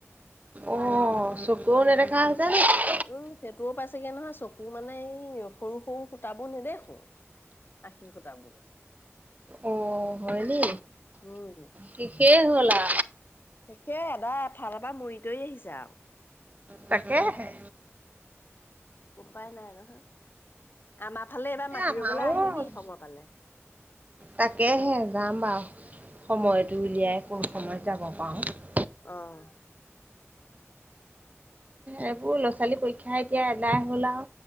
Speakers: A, on the right (about 30°); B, on the left (about 45°).
A: অঁ চকুৰেও নেদেখা হৈছা নেকি?
B: উমঁ সেইটোও পাইছেগে নহয় চকু মানে এই সৰু সৰু ফুটাবোব নেদেখোঁ। আশী সুতাবোৰ।
A: অঁ হয়নি,
B: উম,
A: শেষেই হলআ।
B: শেষেই আদা এফালৰ পৰা মৰি তৰি আহিছে আও।
A: তাকেহে
B: উপাই নাই নহয়। আমাৰ ফালে এইবাৰ
A: এ
B: মাটি
A: আমাৰো
B: ৰুবলৈ আহিবি সময় পালে।
A: তাকেহে যাম বাৰু, সময়তটো উলিয়াই কোন সময়ত যাব পাওঁ।
B: অঁ!
A: এইবোৰ ল'ৰা -ছোৱালী পৰীক্ষা, এতিয়া এদাই হ'ল আও